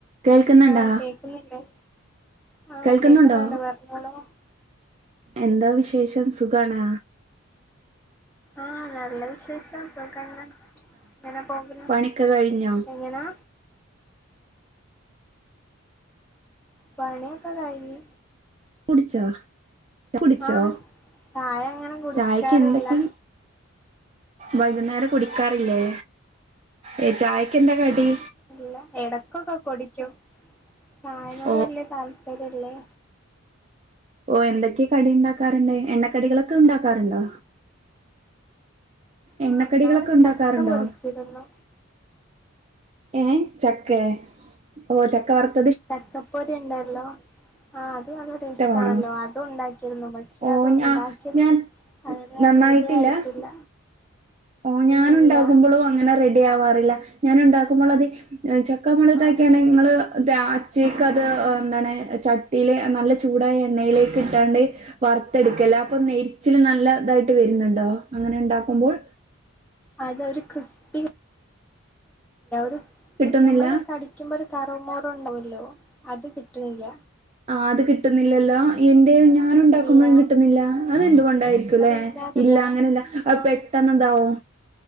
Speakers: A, on the right (about 30°); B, in the centre.
A: കേൾക്കുന്നുണ്ടാ
B: ആഹ കേക്കുന്നില്ലേ ആഹ
A: കേൾക്കുന്നുണ്ടോ
B: കേക്കുന്ന എന്താ പറഞ്ഞോളു
A: എന്താ വിശേഷം സുഖണാ
B: ആഹ നല്ല വിശേഷം സുഖങ്ങനെ എങ്ങനെ പോകുന്ന
A: പണിയൊക്കെ കഴിഞ്ഞോ
B: എങ്ങനാ പണിയൊക്കെ കഴിഞ്ഞു
A: കുടിച്ച കുടിച്ചോ
B: ആഹ് ചായ അങ്ങനെ കുടിക്കാറില്ല
A: ചായക്ക് എന്തൊക്കെ വൈകുന്നേരം കുടിക്കാറില്ലേ ഏ ചായക്ക് എന്താ കടിി
B: ഇല്ല എടക്കൊക്കെ കുടിക്കും ചായനോട്
A: ഓ
B: വല്ിയ താല്പര്യം അതല്ലേ
A: ഓ എന്തൊക്കെയ കടി ഉണ്ടാക്കാറുണ്ട് എണ്ണക്കടികളൊക്കെ ഉണ്ടാക്കാറുണ്ടോ എണ്ണക്കടികളൊക്കെ
B: ആഹ് ഇന്നാള്
A: ഉണ്ടാക്കാറുണ്ടോ
B: ചക്ക പൊരിച്ചിരുന്നു
A: ഏഹ ചക്ക ഓ ചക്ക വർത്ത
B: ചക്കപ്പൊരി ഉണ്ടല്ലോ ആ അത്ും അല്ല ടേസ്റ്റാണല്ലോ
A: ഇഷ്ടമാണോ
B: അതും ഉണ്ടാക്കി രുന്നു പക്ഷെ
A: ഓ
B: അത് ഉണ്ടാക്കിയത്
A: ഞാ ഞാൻ
B: അങ്ങനെ
A: നന്നായിട്ടില്ല
B: റെഡി ആയിട്ടില്ല
A: ഓ ഞാാന
B: ഏഹ്
A: ഉണ്ടാക്കുമ്പോളും
B: ഇല്ല
A: അങ്ങനെ റെഡി ആവാറില്ല ഞാൻ ഉണ്ടാക്കുമ്പോൾ അത് ചക്ക മുുളത്താക്കിയാണ്
B: ആഹ്
A: നിങ്ങള്ങ്ങള് അച്ചക്ക് അത് എന്താണ് ചട്ടിയില നല്ല ചൂടായ എണ്ണയിലേക്ക് ഇട്ടാണ്ട് വറത്തെടുക്കല്ലേ അപ്പൊ നെരിച്ചില് നല്ല ഇതായിട്ട് വരുന്നുണ്ടോ അങ്ങനെ ഉണ്ടാക്കുമ്പോൾ
B: അതൊരു ക്രിസ്പി നഞമ്മള
A: കിട്ടുന്നില്ല?
B: കടിക്കുമ്പോ ഒരു കറവുമോറ ഉണ്ടല്ലോ അത് കിട്ടുന്നില്ല
A: ആ അത് കിട്ടുന്നില്ലല്ലോ എന്റെ ഞാന ഉണ്ടാക്കുമ്പോഴും
B: ഇല്ല
A: കിട്ടുന്നില്ല അത് ഇണ്ട്ൊണ്ടായിരിക്കുംല്ലെ
B: അതെന്താറില്ല
A: ഇല്ല അങ്ങനെല്ല
B: ആഹ്
A: അ പെട്ടെന്ന്താവോ